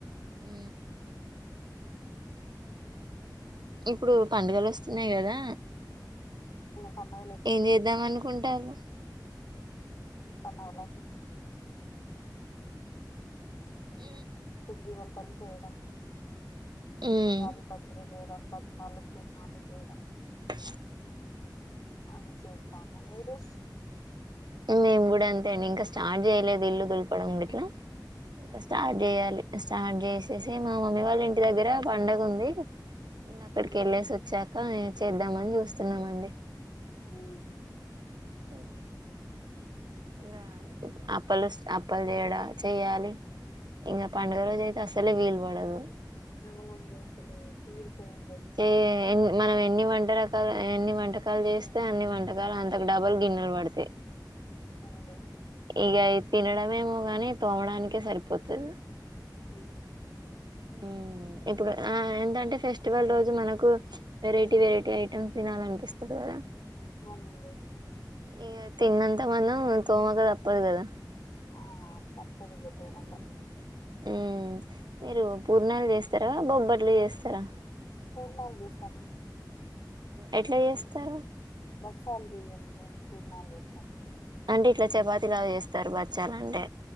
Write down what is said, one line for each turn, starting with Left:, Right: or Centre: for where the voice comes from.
Right: అ ఇప్పుడు పండుగలు వస్తున్నాయి కదా
Left: పన్నగలచ్చ
Right: ఏం చేద్దాం అనుకుంటారు
Left: పన్నగల
Right: ఆ
Left: జీవంతం చేయడం
Right: మ్మ్
Left: ఉగాది పచ్చడి వేయడం పచ్చాలు పుణాలు చేయడం
Right: ఎ
Left: అ విశేస్త అరు
Right: మేము కూడా అంతే అండి ఇంకా స్టార్ట్ చేయలేదు ఇల్లు దులిపడం ఇట్లా ఇంకా స్టార్ట్
Left: అవునా
Right: చేయాలి స్టార్ట్ చేసేసి మా మమ్మీ వాళ్ళ ఇంటి దగ్గర పండగ ఉంది ఇం అక్కడికి
Left: అవును
Right: వెళ్ళేసి వచ్చాక చేద్దామని చూస్తున్నామండి
Left: ఉమ్,
Right: హ ఇ అప్పలు అప్పలు చేయడా చెయ్యాలి ఇంగ పండుగలు జయిత అసలే వీలు వాడదు
Left: అవునండి అసలు తీరిపోయిండదు
Right: ఆ ఎ మనం ఎన్ని వంట రకాలు ఎన్ని వంటకాలు చేస్తే అన్ని వంటకాలు అంతకు డబులు గి వాడతే
Left: అవు
Right: ఇక తినడమేమో గాని తోమడానికే సరిపోతుది
Left: ఉమ్,
Right: ఉ ఇప్పుడు ఆ ఎంతంటే ఫెస్టివల్ రోజు మనకు వెరైటీ వెరైటీ ఐటెమ్స్ తినాలనిపిస్తుంది సర
Left: అవునండి
Right: ఇ తిన్నంత మనం తోమ కదా అప్పదు కదా
Left: ఆ తప్పదు ఇగ దూరత
Right: ఆ ఉ మీరు పూర్ణాలు చేస్తారా బొబ్బర్లు చేస్తారా
Left: పూర్ణ ఉందిస్తాను
Right: ఎట్లా చేస్తారు
Left: బ చల్ది పూర్ణ లేస్త
Right: అంటే ఇట్లా చపాతి ఇలా చేస్తారు బచ్చాల అంటే